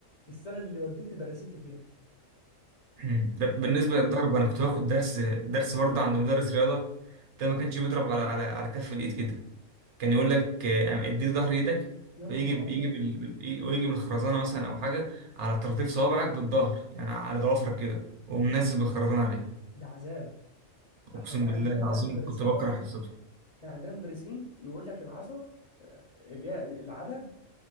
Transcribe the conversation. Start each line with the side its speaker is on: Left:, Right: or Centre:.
Left: السنه اللي والدتي درست لي فيها
Right: <clears throat> أمم. ده بالنسبة
Left: انا
Right: للضرب أنا كنت باخد درس درس برضه عند مدرس رياضة ده ما كانش بيضرب على على على كف الإيد كده كان يقول لك آه، اديني ظهر إيدك
Left: يا نهار
Right: ويجي ب-
Left: ابيض
Right: يجي بال... بال- ويجي بالخرزانة مثلا أو حاجة على طراطيف صوابعك بالظهر يعني على ضوافرك كده ومنزل بالخرزانة عليها
Left: ده عذاب
Right: أقسم
Left: احنا كان
Right: بالله
Left: عندنا
Right: العظيم
Left: بقى المدرسين
Right: كنت بكره
Left: بقى
Right: حصته
Left: ايه كان عندنا مدرسين يقول لك العصا آه، اللي هي العدد